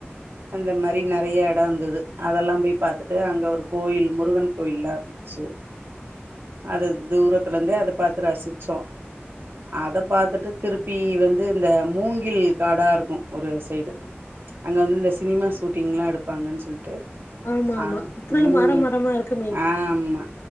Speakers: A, on the right; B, on the left.
A: அந்த மாதிரி நிறைய இடம் இருந்தது அதெல்லாம் போய் பாத்துட்டு அங்க ஒரு கோயில் முருகன் கோயில் எல்லாம் இருந்துச்சு அது தூரத்துல இருந்தே அதை பாத்து ரசிச்சோம் அத பாத்துட்டு திருப்பி வந்து இந்த மூங்கில் காடா இருக்கும் ஒரு சைடு அங்க வந்து இந்த சினிமா ஷூட்டிங்லாம் எடுப்பாங்கு சொல்லிட்டு
B: ஆமா
A: ஆஹ்
B: ஆமா ஃபுல்லு
A: உம்
B: மர மரமா இருக்குமே
A: ஆமா